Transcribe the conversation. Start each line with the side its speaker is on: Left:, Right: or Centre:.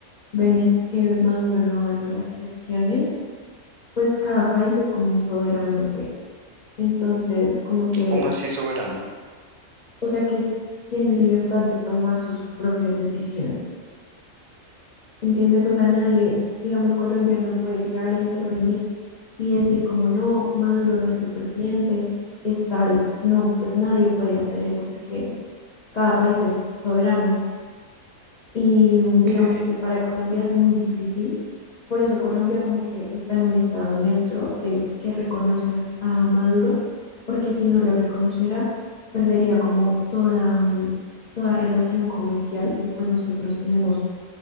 Left: Venez- que Maduro no ganó las elecciones, pues cada país es como soberano de... Entonces, como que
Right: ¿Cómo así No, soberano?
Left: o sea que tiene libertad de tomar sus propias decisiones. ¿Entiendes? O sea, nadie, digamos, Colombia no puede llegar a intervenir y decir como no, Maduro no es el presidente, es tal. No, pues nadie puede hacer eso porque cada país es soberano. Y mm,
Right: Ok.
Left: digamos que para Colombia es muy difícil, por eso Colombia como que está en un estado neutro de que reconoce a, a Maduro, porque si no lo reconociera, perdería como toda, mm, toda relación comercial y pues nosotros tenemos